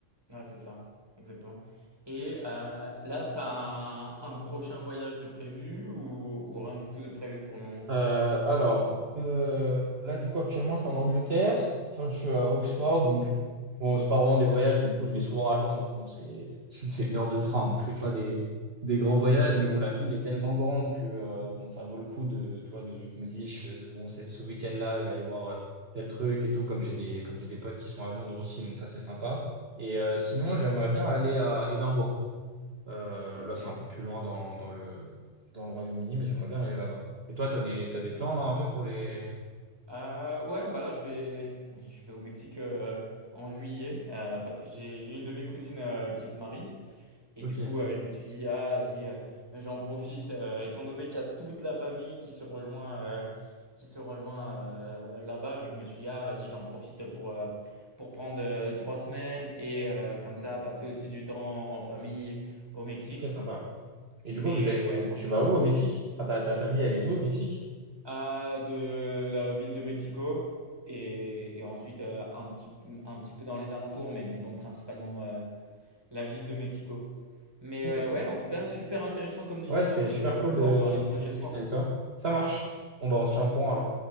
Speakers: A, on the right (about 20°); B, on the right (about 50°).
A: ouais, c'est ça, exactement. Et euh, là, t'as un, un prochain voyage de prévu ou, ou rien du tout de prévu pour le moment?
B: Euh, alors, euh, là, du coup, actuellement, je suis en Angleterre. Enfin, je suis à Oxford, donc bon, c'est pas vraiment des voyages, mais du coup, je vais souvent à Londres. Bon, c'est c'est une heure de train, donc c'est pas des, des grands voyages, mais bon, la ville est tellement grande que euh, bon, ça vaut le coup de, tu vois, de, je me dis, je fais- bon, c'est ce week-end-là, je vais aller voir euh, tel truc et tout, comme j'ai des, comme j'ai des potes qui sont à Londres aussi, donc ça, c'est sympa. Et euh, sinon, j'aimerais bien aller à Édimbourg. Euh,
A: Ok,
B: là, c'est un peu plus loin dans, dans le, dans le Royaume-Uni, mais j'aimerais bien aller là-bas. Et toi, t'as des, t'as des plans là un peu pour les...
A: Euh, ouais, bah là, je vais, je vais au Mexique euh, en juillet euh, parce que j'ai une de mes cousines euh, qui se marie. Et
B: Ok,
A: du coup, euh, je me suis dit, ah, vas-y, euh, j'en profite. euh, étant donné qu'il y a toute la famille qui se rejoint, euh, qui se rejoint euh, là-bas, je me suis dit, ah, vas-y, j'en profite pour, euh, pour prendre euh, trois semaines et euh, comme ça, passer aussi du temps en famille au Mexique.
B: ok, sympa. Et du
A: Mais
B: coup, vous avez-
A: ouais,
B: euh,
A: pour
B: tu
A: le moment,
B: vas où
A: c'est
B: au Mexique?
A: le-
B: Enfin, ta, ta famille, elle est d'où au Mexique?
A: euh, de la ville de Mexico et, et ensuite euh, un petit, un petit peu dans les alentours, mais disons principalement euh, la ville de Mexico. Mais
B: Ok.
A: euh, ouais, en tout cas, super intéressant comme discussion
B: Ouais, c'était super
A: et puis euh,
B: cool
A: on peut
B: de,
A: en parler une prochaine
B: de discuter
A: fois.
B: avec toi. Ça marche. Bon, bah, on se tient au courant alors.